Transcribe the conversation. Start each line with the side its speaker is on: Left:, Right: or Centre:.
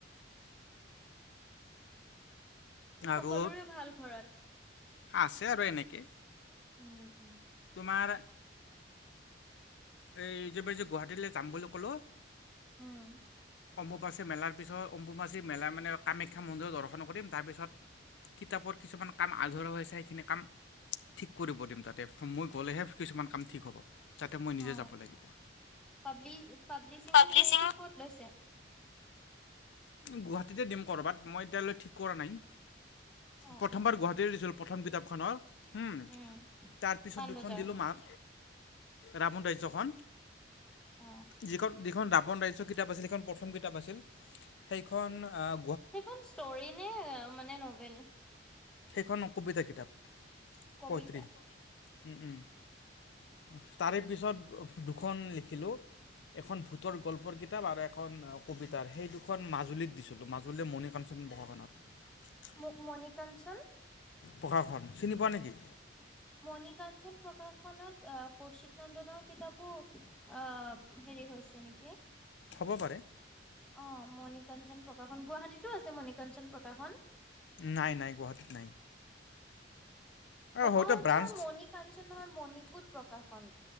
Left: আৰু
Centre: সকলোৰে ভাল ঘৰত
Left: আছে আৰু এনেকে।
Centre: উম, উম।
Left: তোমাৰ এইযে বাই গুৱাহাটীলৈ যাম বুলি ক'লোঁ।
Centre: উমঁ!
Left: অম্বুবাচী মেলাৰ পিছত অম্বুবাচী মেলা মানে কামাখ্যা মন্দিৰত দৰ্শন কৰিম। তাৰপিছত- কিতাপৰ কিছুমান কাম আধৰুৱা হৈছে সেইখিনি কাম- ঠিক কৰিব দিম তাতে মই গ'লেহে কিছুমান কাম ঠিক হ'ব। তাতে মই নিজে
Centre: অ
Left: যাব লাগিব।
Centre: পাব্লি পাব্লিচিং
Left: পাব্লিচিঙ-
Centre: হেৰিটো ক'ত লৈছে?
Left: গুৱাহাটীতে দিম কৰ'বাত মই এতিয়ালৈ ঠিক কৰা নাই।
Centre: অ
Left: প্ৰথমবাৰ
Centre: অ
Left: গুৱাহাটীৰ দিছিলোঁ প্ৰথম কিতাপখনৰ- উমঁ
Centre: উম
Left: তাৰপিছত
Centre: পাণবজাৰ
Left: দুখন দিলোঁ মাক ৰাৱণ ৰাজ্যখন।
Centre: অ
Left: যিখন যিখন ৰাৱন ৰাজ্য কি- কিতাপ আছিল সেইখন প্ৰথম কিতাপ আছিল সেইখন আ-
Centre: সেইখন ষ্টৰী নে মানে ন'বেল।
Left: সেইখন কবিতা কিতাপ।
Centre: কবিতা
Left: পত্ৰী উমঁ উমঁ। তাৰে পিছত দুখন লিখিলোঁ এখন ভূতৰ গল্পৰ কিত- কিতাপ আৰু এখন কবিতাৰ সেই দুখন মাজুলীত দিছিলোঁ মাজুলীৰ মণিকাঞ্চন প্ৰকাশনত।
Centre: ম মণিকাঞ্চন।
Left: প্ৰকাশন চিনি পোৱা নেকি?
Centre: মণিকাঞ্চন প্ৰকাশনত আহ কৌশিক নন্দনৰ কিতাপো- অঁ হেৰি হৈছে নেকি?
Left: হ'ব পাৰে।
Centre: অঁ মণিকাঞ্চন প্ৰকাশন গুৱাহাটীতো আছে মণিকাঞ্চন প্ৰকাশন।
Left: নাই নাই গুৱাহাটীত নাই। হয়তো
Centre: অঁ আচ্ছা
Left: ব্ৰাঞ্চ
Centre: মণিকাঞ্চনহয় মণিকোত প্ৰকাশন।